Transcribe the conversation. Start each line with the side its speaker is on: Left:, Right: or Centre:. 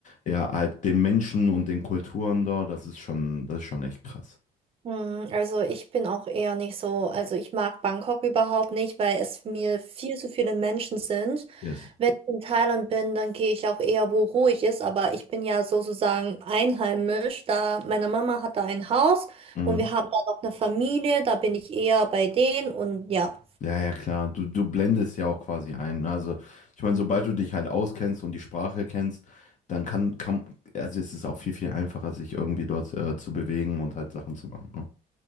Left: ja halt den Menschen und den Kulturen dort, das ist schon, das ist schon echt krass.
Right: Hm, Also ich bin auch eher nicht so, also ich mag Bangkok überhaupt nicht, weil es mir viel zu viele Menschen sind.
Left: Yes.
Right: Wenn ich in Thailand bin, dann gehe ich auch eher, wo ruhig ist, aber ich bin ja sozusagen einheimisch, da meine Mama hat da ein Haus
Left: Mhm.
Right: und wir haben da noch eine Familie, da bin ich eher bei denen und ja.
Left: Ja, ja, klar. Du, du blendest ja auch quasi ein. ne? Also, ich meine, sobald du dich halt auskennst und die Sprache kennst, dann kann, kann, also ist es auch viel, viel einfacher, sich irgendwie dort äh, zu bewegen und halt Sachen zu machen. ne?